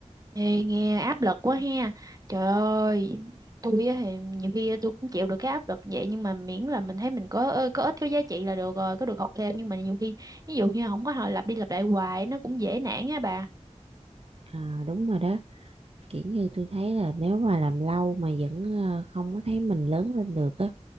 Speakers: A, on the right; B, on the right.
A: Ê, nghe áp lực quá ha. Trời ơi, tôi á thì nhiều khi tôi cũng chịu được cái áp lực vậy nhưng mà miễn là mình thấy mình có ơ, có ích có giá trị là được rồi, có được học thêm nhưng mà nhiều khi ví dụ như không có họ lặp đi lặp lại hoài nó cũng dễ nản á bà.
B: à đúng rồi đó kiểu như tôi thấy là nếu mà làm lâu mà vẫn ờ, không có thấy mình lớn lên được á